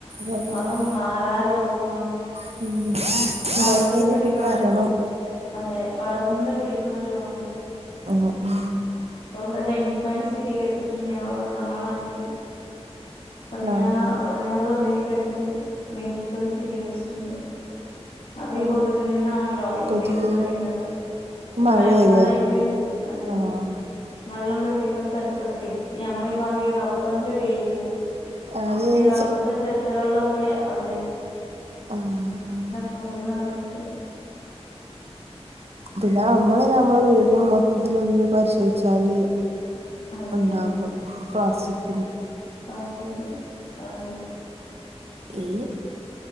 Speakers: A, on the right; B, on the left.
A: രോഗങ്ങള്
B: അതും മാറാ രോഗങ്ങെളും
A: ഉം അതായി
B: പടെർന്ന്
A: കഴിഞ്ഞാ
B: പിടിക്ക്ണെ
A: പിന്നെ വരണം
B: അതെ പടെർന്ന് പിടിക്ക്ണൊരു രോഗം
A: ആഹ് ആഹ്
B: ഇപ്പ ഇവെടെ ഡെങ്കിപ്പനി സ്ഥിരീകെരിച്ചിട്ട് ഇണ്ട് ഞങ്ങെളെ ഇവെ ടെ നങ്ങെളെ നാട്ടിൽ പതിനാ
A: ലാ
B: പതിനാറ് പതിനേഴ് പേർക്ക് ഡെങ്കിപ്പനി സ്ഥിരികെര്ച്ച് ട്ട് ഇണ്ട് അത് ഈ
A: ഉം.
B: കൊതുകിൽ നിന്നാണല്ലോ ഈ
A: കൊതിക്കുന്നു
B: ഡെങ്കിപ്പനി ഇണ്ടാവ്ണെത്
A: ഇപ്പൊ
B: ഇപ്പ
A: മഴയായില്ലേ
B: മഴക്കാലായിട്ട് അതെ
A: ആഹ്
B: വള്ളം കെട്ടിക്ക്ണ സ്ഥൽത്തൊക്കെയ് ഞങ്ങെളെ ഈ ഭാഗം ഈ റബ്ബെറിന്റെ ഒര് ഏരിയാണ്
A: ആദ്യം
B: അപ്പ ഈ റബ്ബെറിന്റെ ചെരട്ടകൾലൊക്കെ അതെ
A: ഉം ഉം
B: പൊതുവെ നെറ്ഞ്ഞിട്ട്
A: പിന്നെ നമ്മള് നമ്മള വീട് മൊത്തത്തില് ഒന്ന് പരിശോധിച്ചാല്
B: അത്
A: ഉണ്ടാകും ക്ലാസിക്
B: പസക്ക് അതെ
A: ഈ